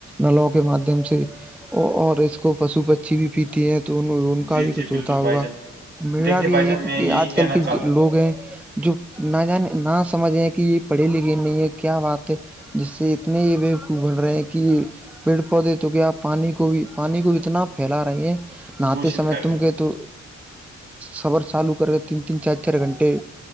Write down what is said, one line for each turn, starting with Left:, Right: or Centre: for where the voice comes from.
Centre: نلوں کے مادھیم سے اور اس کو پشو پچھی بھی پیتی ہیں تو ان <unintelligible> کا
Right: جی
Centre: بھی
Right: جی
Centre: کچھ ہوتا
Right: بالکل
Centre: ہوگا
Right: بھائی جان
Centre: تو میرا
Right: دیکھیے
Centre: بھی یہی
Right: بھائی جان
Centre: ہے کہ
Right: میں
Centre: کہ
Right: یہی
Centre: آج کل
Right: کہنا
Centre: کے
Right: چاہتا
Centre: لوگ ہیں جو نہ جان نہ سمجھیں کہ یہ پڑھی لکھی نہیں ہے کیا بات ہے جس سے اتنے یہ و کو بول رہے ہیں کہ پیڑ پودے تو کیا آپ پانی کو بھی پانی کو اتنا پھیلا رہے ہیں نہاتے
Right: دشت
Centre: سمے
Right: کر
Centre: تم
Right: رہے ہیں
Centre: کے تو سبر چالو کر کے تین تین چار چار گھنٹے